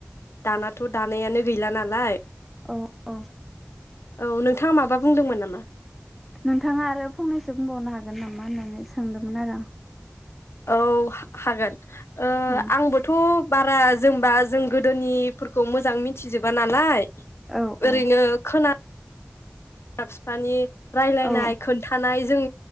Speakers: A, on the left; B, in the centre.
A: दानाथ' दा नैयानो गैला नालाय।
B: औ औ
A: औ नोंथाङा माबा बुंदोंमोन नामा?
B: नोंथाङा आरो फंनैसो बुंबावनो हाग गोन नामा होननानै सोंदोंमोन आरो आं।
A: औ हा-हागोन ओ
B: आं
A: आंबोथ' बारा ज जोंबाज जों गोदोनिफोरखौ मोजां मिथिजोबा नालाय
B: औ
A: ओरैनो
B: औ
A: खोना बिमा फिफानि रायलायनाय
B: औ
A: खोन्थानाय जों